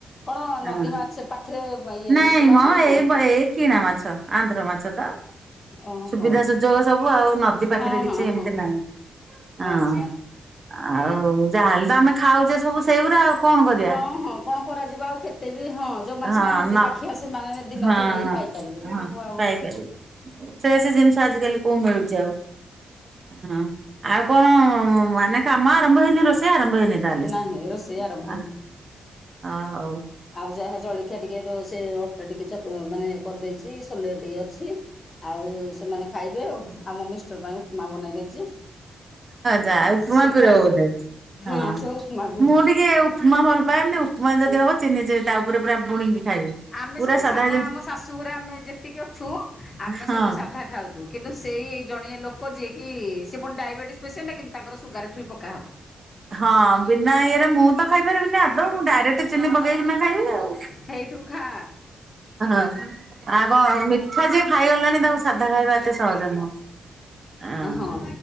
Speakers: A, on the left; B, on the right.
A: କଣ ନଦୀ
B: ହଁ
A: ମାଛ ପାଖରେ ଇଏ
B: ନାଇଁ
A: ଦେଶୀ ମାଛ
B: ମ
A: ନା?
B: ଏଇ ବ ଏଇ କିଣା ମାଛ ଆନ୍ଧ୍ର ମାଛ
A: ଓହୋ
B: ସୁବିଧା ସୁଯୋଗ ସବୁ ଆଉ ନଦୀ ପାଖରେ
A: ହଁ
B: କିଛି
A: ହଁ
B: ଏମିତି
A: ହଁ
B: ନାହିଁ। ହଁ।
A: ଆଚ୍ଛା।
B: ଆଉ ଯାହାହେଲେ ତ ଆମେ ଖାଉଛେ ସବୁ ସେଇଗୁରା ଆଉ। କଣ କରିବା
A: ହଁ ହଁ। କଣ କରାଯିବ ଆଉ କେତେ ବି ହଁ ଯେଉଁମାନେ
B: ହଁ
A: ସିନା ନଦୀ
B: ନ
A: ପାଖିଆ ସେମାନେ ଦିନେ
B: ହଁ
A: ଅଧେ ପାଇପାରିବେ
B: ହଁ
A: କିନ୍ତୁ ଆଉ
B: ପାଇପାରିବେ ସେ ସେ ଜିନିଷ ଆଜିକାଲି କୋଉ ମିଳୁଚି ଆଉ ହଁ ଆଉ କଣ ମାନେ କାମ ଆରମ୍ଭ ହେଇନି ରୋଷେଇ ଆ ରମ୍ଭ ହେଇନି ତାହଲେ
A: ନାହିଁ ରୋଷେଇ ଆରମ୍ଭ
B: ଆ
A: ହେଇନି।
B: ଅ ହଉ।
A: ଆଉ ଯାହା ଜଳଖିଆ ଟିକେ ଦଉଚି ସେ ଅଟା ଟିକେ ଚକ ମାନେ କରିଦେଇଚି ସୋଲେ ଟିକେ ଅଛି। ଆଉ ସେମାନେ ଖାଇବେ ଆଉ ଆମ ମିଷ୍ଟ୍ ର ପାଇଁ ଉପମା ବନେଇ ଦେଇଚି
B: ଯା ଉପମା
A: ସେ
B: ପିରବ
A: ଖାଇବେ।
B: ବୋଧେ? ହଁ
A: ସେ ଉପମା ବି
B: ମୁଁ
A: ହବ।
B: ଟିକେ ଉପମା ଭଲପାଏନି ଉପମା ଜ ଦି ହବ ଚିନି ଯେ ତା ଉପରେ ପୁରା ବୁଣିକି ଖାଇବି।
A: ଆମେ
B: ପୁରା
A: ସବୁ ସାଧା
B: ଜିନିଷ
A: ଆମ ଶାଶୁ ଘରେ ଆମେ ଯେତିକି ଅଛୁ ଆମେ
B: ହଁ
A: ସବୁ ସାଧା ଖାଉଛୁ କିନ୍ତୁ ସେଇ ଏଇ ଜଣିଏ ଲୋକ ଯିଏକି ସେ ପୁଣି ଡାଇବେଟିସ୍ ପେସେଣ୍ଟ କିନ୍ତୁ ତାଙ୍କର ସୁଗାର ଫ୍ରି ପକା ହବ।
B: ହଁ ବିନା ଇଏରେ ମୁଁ ତ ଖାଇପାରିବିନି ଆଦୌ। ମୁଁ ଡାଇରେକ୍ଟ ଚିନି ପକେଇକିନା ଖାଇବି ଆଉ।
A: ହେଇଥିରୁ ଖା
B: ଆ ହଁ ଆଉ କଣ ମିଠା ଯିଏ ଖାଇଗଲାଣି ତାକୁ ସାଧା ଖାଇବା ଏତେ ସହଜ ନୁହଁ। ଆଁ
A: ହଁ।